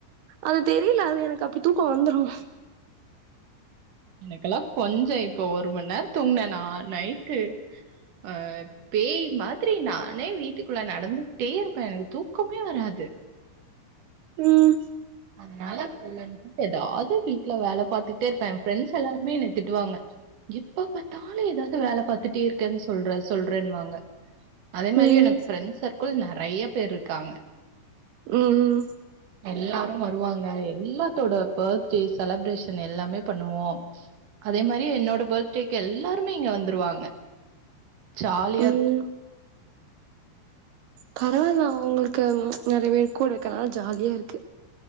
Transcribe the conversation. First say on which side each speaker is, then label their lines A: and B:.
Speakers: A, on the right; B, on the right.
A: அது தெரியல அது எனக்கு அப்பிடி தோ வந்துரும்
B: எனக்கெல்லாம் கொஞ்சம் இப்ப ஒரு மண்நேரம் தூங்கனேனா நைட்டு ஆ பேய் மாதிரி நானே வீட்டுக்குள்ள நடந்துட்டே இருப்பேன் எனக்கு தூக்கமே வராது
A: ம்
B: அதனால ஃபுல் அன்ட் ஃபுல் எதாவது வீட்ல வேல பாத்துட்டே இருப்பேன் என் ஃப்ரெண்ட்ஸ் எல்லாருமே என்ன திட்டுவாங்க எப்ப பாத்தாலும் எதாவது வேல பாத்துட்டே இருக்கேன்னு சொல்ற சொல்றேன்னுவாங்க அதே மாரி
A: ம்
B: எனக்கு ஃபிரெண்ட்ஸ் சர்கிள் நறைய பேர் இருக்காங்க
A: ம்ம்
B: எல்லா அப்பறம் வருவாங்க எல்லாத்தோட பர்த்டே செலப்ரேஷன் எல்லாமே பண்ணுவோம் அதே மாரி என்னோட பர்த்டேக்கு எல்லாருமே இங்க வந்துருவாங்க ஜாலியா
A: ம்
B: இருக்கும்
A: பரவால்ல உங்களுக்கு நறைய பேர் கூட இருக்கனால ஜாலியா இருக்கு